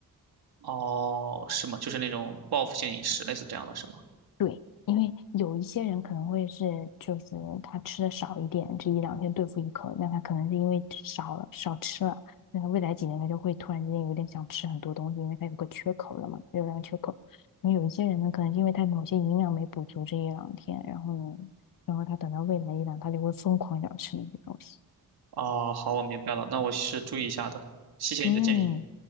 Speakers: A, on the right; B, on the left.
A: 哦，是吗？就是那种报复性饮食，类似这样的是吗？
B: 对，因为有一些人可能会是，就是他吃的少一点，这一两天对付一口，那他可能是因为少了少吃了，那他未来几年他就会突然之间有点想吃很多东西，因为他有个缺口了嘛，热量缺口。然后有一些人呢，可能是因为他某些营养没补足这一两天，然后呢，然后他等到未来一两，他就会疯狂想吃那些东西。
A: 哦，好，我明白了，那我是注意一下的，谢谢你的建议。
B: 嗯。